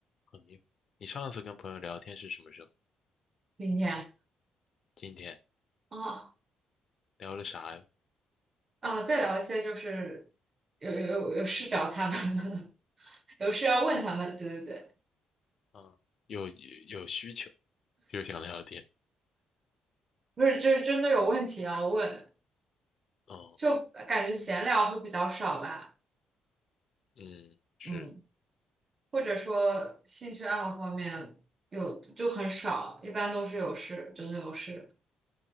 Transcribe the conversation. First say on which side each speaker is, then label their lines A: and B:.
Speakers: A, on the left; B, on the right.
A: 你你上次跟朋友聊天是什么时候？
B: 明天。
A: 今天
B: 哦
A: 聊了啥呀？
B: 啊，再聊一些就是有有有有事找他们，<laughs> 有事要问他们，对对对，
A: 嗯，有有有需求就想聊天。
B: 不是，就是真的有问题要问，
A: 嗯
B: 就感觉闲聊会比较少吧，
A: 嗯，是，
B: 嗯，或者说兴趣爱好方面有就很少，一般都是有事，真的有事，